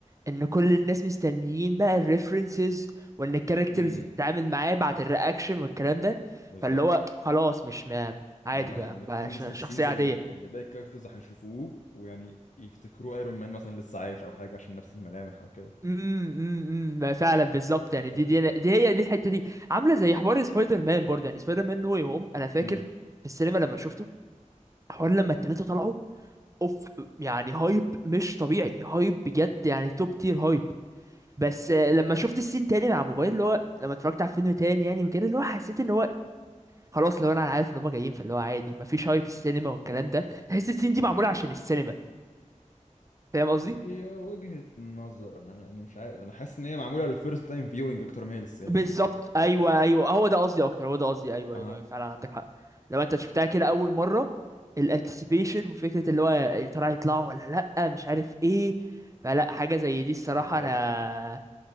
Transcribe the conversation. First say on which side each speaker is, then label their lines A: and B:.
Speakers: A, on the right; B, on the left.
A: ان كل الناس مستنيين بقى الريفرنسز وان الكاركترز
B: امم
A: تتعامل معاه بعد الرياكشن والكلام ده
B: بالظبط
A: فاللي هو خلاص مش ما عادي
B: انا أنا
A: بقى
B: متحمس
A: بقى ش-
B: للسينز
A: شخصية عادية
B: اللي, اللي باقي الكاركترز هيشوفوه ويعني يفتكروا ايرون مان مثلا لسه عايش او حاجه عشان نفس الملامح او كده
A: امم امم امم. ما فعلا بالظبط يعني
B: دي
A: دي
B: هتبقى
A: دي
B: جامده
A: دي هي دي الحته دي عامله زي حوار سبايدر مان برضه يعني سبايدر مان نو واي هوم انا فاكر
B: امم
A: في السينما لما شفته حوار لما التلاته طلعوا اوف يعني هايب مش طبيعي هايب بجد يعني توب تير هايب بس آه، لما شفت السين تاني مع موبايل اللي هو لما اتفرجت على فيلم تاني يعني وكده اللي هو حسيت ان هو خلاص لو انا عارف ان هم جايين فاللي هو عادي مفيش هايب السينما والكلام ده تحس السين دي
B: اوكي
A: معموله عشان السينما فاهم قصدي
B: هي وجهة نظر انا يعني مش عارف انا حاسس ان هي معموله للفيرست تايم فيوينج اكتر ما هي للسينما
A: بالظبط
B: يعني مش
A: ايوه
B: فارقه
A: ايوه آه، هو ده قصدي اكتر هو ده قصدي ايوه
B: اها
A: ايوه أيوه. فعلا عندك حق لو انت شفتها كده اول مره الانتسيبيشن وفكره اللي هو يا ترى هيطلعوا ولا لا مش عارف ايه فلا حاجه زي دي الصراحه
B: بالظبط
A: انا